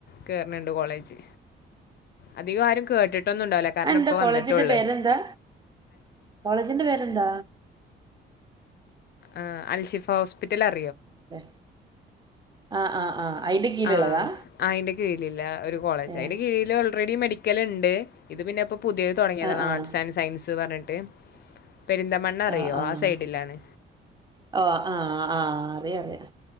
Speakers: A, on the left (about 55°); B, on the right (about 20°).
A: കേറണ് ഇണ്ട് കോളേജ് അധികം ആരും കേട്ടിട്ടൊന്നും ഇണ്ടാവില്ല കാരണം
B: അതെന്താ
A: ഇപ്പ
B: കോളേജിന്റെ
A: വന്നിട്ടള്ളു
B: പേരെന്താ കോളേജിന്റെ പേരെന്താ
A: ആ അൽഷിഫ ഹോസ്പിറ്റലറി
B: ല്ലേ ആഹ് ആഹ് ആഹ് അയിന്റെ കീഴിലുള്ളതാ
A: ആഹ് അയിന്റെ കീഴിലിള്ള ഒരു കോളേജ്
B: ഏഹ്
A: അയിന്റെ കീഴില് ഓൾറെഡി മെഡി ക്കലുണ്ട് ഇത് പിന്നെ ഇപ്പൊ പുതിയത് തൊടങ്ങിയതാ
B: ആഹ് ആഹ്
A: ആർട്സ് ആൻഡ് സയൻസ് പറഞ്ഞിട്ട് പെരിന്തമണ്ണ അറിയോ
B: ആഹ് ആഹ്
A: ആ സൈഡിലാണ്
B: ഓ ആ ആഹ് അറിയറിയാ